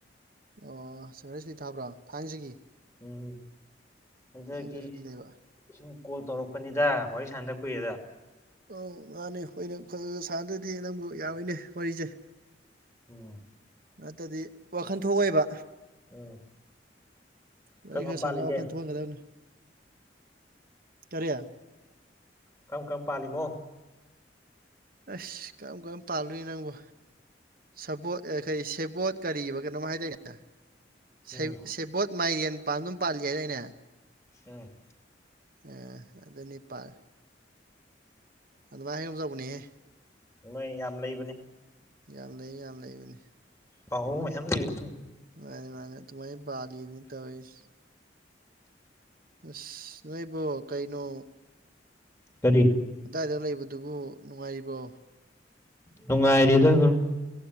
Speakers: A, on the right (about 55°); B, on the left (about 15°).
A: ꯑꯣ <unintelligible> ꯊꯥꯕ꯭ꯔꯣ ꯊꯥꯡꯖꯒꯤ
B: ꯎꯝ ꯑꯗꯨꯒꯤ
A: ꯊꯥꯡꯖ ꯁꯨꯇꯤ ꯂꯩꯕ
B: ꯁꯨꯝ ꯀꯣꯜ ꯇꯧꯔꯛꯄꯅꯤꯗ ꯋꯥꯔꯤ ꯁꯥꯟꯅꯗ ꯀꯨꯏꯔꯦꯗ
A: ꯎꯝ ꯃꯥꯅꯤ <unintelligible> ꯁꯥꯟꯅꯗ꯭ꯔꯗꯤ ꯅꯪꯕꯨ ꯌꯥꯔꯣꯏꯅꯦ ꯋꯥꯔꯤꯖꯦ
B: ꯎꯝ
A: ꯅꯠꯇꯗꯤ ꯋꯥꯈꯟ ꯊꯣꯛꯑꯣꯏꯕ
B: ꯎꯝ
A: ꯋꯥꯔꯤ
B: ꯀꯔꯝ ꯀꯔꯝ
A: ꯈꯔ
B: ꯄꯥꯜꯂꯤꯒꯦ
A: ꯁꯥꯟꯅꯔꯥ ꯋꯥꯈꯜ ꯊꯣꯛꯍꯟꯒꯗꯕꯅꯤ ꯀꯔꯤ
B: ꯀꯔꯝ ꯀꯔꯝ ꯄꯥꯜꯂꯤꯃꯣ
A: ꯑꯁ ꯀꯔꯝ ꯀꯔꯝ ꯄꯥꯜꯂꯨꯏ ꯅꯪꯕꯣ ꯁꯕꯣꯠ ꯑ ꯀꯔꯤ ꯁꯦꯕꯣꯠ ꯀꯔꯤꯕ ꯀꯩꯅꯣꯝꯃ ꯍꯥꯏꯗꯥꯏꯅꯦ ꯁꯦ
B: ꯎꯝ
A: ꯁꯦꯕꯣꯠ ꯃꯥꯏꯔꯦꯟ ꯄꯥꯟꯒꯨꯝ ꯄꯥꯜꯂꯤ ꯍꯥꯏꯗꯥꯏꯅꯦ
B: ꯎꯝ
A: ꯑ ꯑꯗꯨꯅꯤ ꯄꯥꯟ ꯑꯗꯨꯃꯥꯏ ꯍꯥꯏꯒꯨꯝ ꯇꯧꯕꯅꯤꯍꯦ
B: ꯃꯣꯏ ꯌꯥꯝ ꯂꯩꯕꯅꯤ
A: ꯌꯥꯝ ꯂꯩ ꯌꯥꯝ ꯂꯩꯕꯅꯤ
B: ꯄꯥꯎꯔꯧ ꯃꯌꯥꯝ ꯂꯩꯕꯅꯤ
A: ꯃꯅꯦ ꯃꯅꯦ ꯑꯗꯨꯃꯥꯏ ꯄꯥꯜꯂꯤꯕꯅꯤ ꯇꯧꯔꯤꯁꯤ ꯑꯁ ꯅꯣꯏꯕꯣ ꯀꯩꯩꯅꯣ
B: ꯀꯔꯤ
A: ꯑꯗ꯭ꯋꯥꯏꯗ ꯂꯩꯕꯗꯨꯕꯨ ꯅꯨꯡꯉꯥꯏꯔꯤꯕ꯭ꯔꯣ
B: ꯅꯨꯡꯉꯥꯏꯔꯤꯗ ꯑꯗꯨꯝ